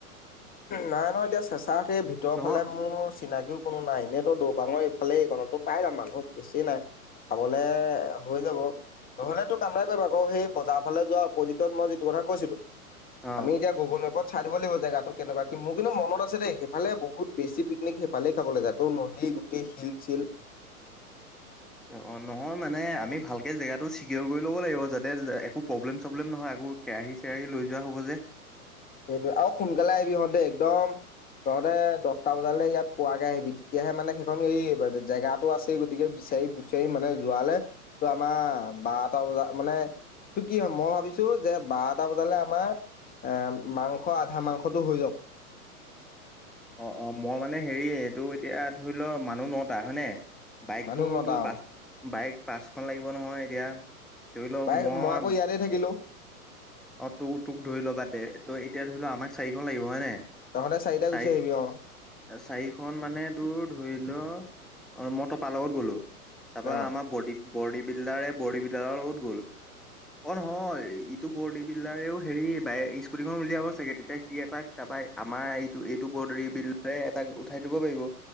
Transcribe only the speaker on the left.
নাই নহয় এতিয়া চেঁচা সেই ভিতৰৰ
ফালে মোৰ চিনাকিও কোনো নাই এনেই তো দৌপাঙৰ এই খালে এইকনতো পাই যাম মানুহ বেছি নাই খাবলে এ এ এ এ হৈ যাব। নহলে তোৰ কাম এটা কৰিব আকৌ সেই বজাৰ ফালে যোৱা অপজিটত মই যিটো কথা কৈছিলো
আমি এতিয়া গুগল মেপত চাই লব লাগিব জেগাটো- কেনেকুৱা কি মোৰ কিন্তু মনত আছে দেই সেইফালে বহুত বেছি পিকনিক সেইফালে খাবলৈ যায় ত নদী গোটেই শিল-চিল <unintelligible>
সেইটো আৰু সোনকালে আহিবি হঁত দেই একদম তহঁতে দছটা বজালৈ ইয়াত পোৱাকে আহিবি তেতিয়াহে মানে সেইখন এই এই এইবাৰ জেগাটো আছেই গতিকে বিছ বিছাৰি-পুচাৰি মানে যোৱালে তো আমাৰ বাৰটা বজাত মানে ত কি হয় মই ভাবিছো যে বাৰটা বজালে আমাৰ এম মাংস আধা মাংসটো হৈ যাওক
মানুহ নটা
অ
বাই
আকৌ ইয়াতে থাকিলো
তহঁতে চাৰিটা
গুচি আহিবি অ
অ